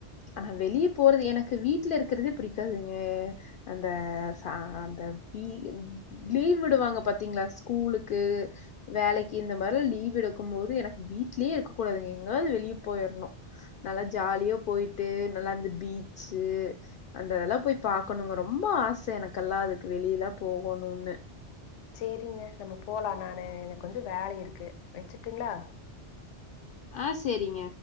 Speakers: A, on the left; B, on the left.
A: ஆனா வெளிய போறது எனக்கு வீட்ல இருக்கறதே பிடிக்காதுங்க அந்த ச அந்த பீ லீவ் விடுவாங்க பாத்தீங்ளா ஸ்கூலுக்கு வேலக்கி இந்த மாரிலா லீவு இருக்கு போது எனக்கு வீட்லயே இருக்கக் கூடாதுங்க எங்காவது வெளியே போயிரணு நல்லா ஜாலியா போயிட்டு நல்லா அந்த பீச்சு அந்த எல்லா போய் பாக்கணுங்க ரொம்ப ஆச எனக்கெல்லா அதுக்கு வெளில போகணும்னு
B: சேரிங்க நம்ம போலா நானு கொஞ்சோ வேல இருக்கு வச்சுட்டுங்ளா
A: ஆ சேரிங்க